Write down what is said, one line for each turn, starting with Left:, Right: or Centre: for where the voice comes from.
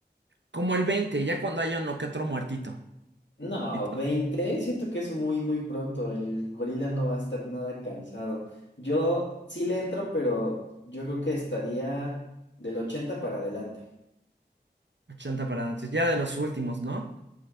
Right: Como el veinte. ya cuando haya uno que otro muertito.
Left: No,
Right: ¿Y tú?
Left: 20. siento que es muy, muy pronto. El gorila no va a estar nada cansado. Yo sí le entro, pero yo creo que estaría del 80 para adelante.
Right: 80 para antes, ya de los últimos, ¿no?